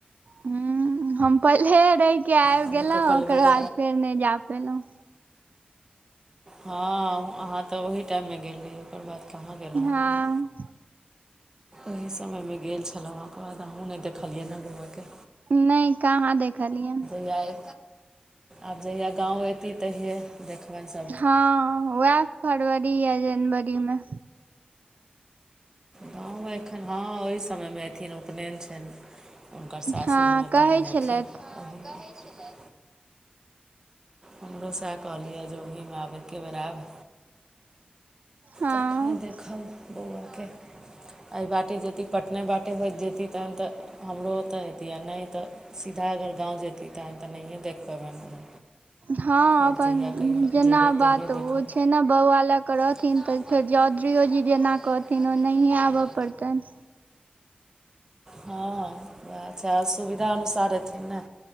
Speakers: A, on the right (about 60°); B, on the right (about 20°).
A: हुँ हम पहिले रहि केँ आबि
B: अहूँके
A: गेलहुँ
B: पल्लवीके
A: ओकर बाद फेर नय जा पेलहुँ
B: हँ अहाँ तऽ ओहि टाइम मे गेल रहिये ओकर बाद कहाँ गेलहुँ
A: हँ
B: ओही समयमे गेल छलहुँ अहाँक ओय बाद हमहूँ नय देखलियै हँ बौआ केँ
A: नप कहाँ देखलियै
B: जाय आब जहिया गाँव एयती तहिये देखबैन सब
A: हँ वैह फरवरी या जनवरी मे
B: गाँव एखन हँ ओहि समयमे एयथिन उपनयन छैन हुनकर सासुरमे
A: हँ कहै
B: तहन अथिन
A: छलथि
B: हँ कहैय छलै हमरो सैह कहलियए जे ओहीमे आब एके बेेर एब
A: हँ
B: तखने देखब बौआ केँ एहि बाटे जेती पटने बाटे होइत जेती तहन तऽ हमरो ओतऽ अति आ नय तऽ सीधा अगर गाँव जेती तहन तऽ नहिए देख पबैन हम
A: हँ
B: फेर
A: अपन
B: जहिया कहियो
A: जेना
B: जेबै
A: बात
B: तहिये
A: ओ
B: देखबै
A: छै नऽ बौआ लऽ केँ रहथिन
B: जेना
A: तऽ
B: बात
A: फेर चौधरीयो
B: बुझे ने
A: जी
B: बौआ
A: जेना
B: लग
A: कहथिन
B: रखी
A: ओनाहिये
B: केओ
A: आबऽ परतैन
B: हँ वैह छै आ सुविधा अनुसार अयथिन नऽ